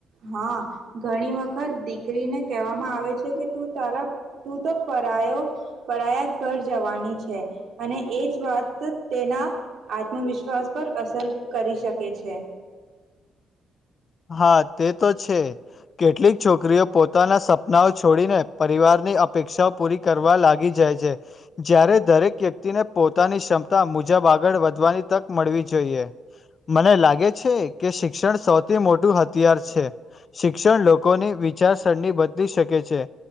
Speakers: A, on the right; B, on the left.
A: હા, ઘણી વખત દીકરીને કહેવામાં આવે છે. કે તું તારા તું તો પરાયો પરાયા ઘર જવાની છે. અને એજ વાત તેના આત્મવિશ્વાસ પર અસર કરી શકે છે.
B: હા તે તો છે. કેટલીક છોકરીઓ પોતાના સપનાઓ છોડીને પરિવારની અપેક્ષાઓ પૂરી કરવા લાગી જાય છે. જ્યારે, દરેક વ્યક્તિને પોતાની ક્ષમતા મુજબ આગળ વધવાની તક મળવી જોઈએ, મને લાગે. છે. કે શિક્ષણ સૌથી મોટું હથિયાર છે. શિક્ષણ લોકોની વિ ચારસરણી બદલી શકે છે.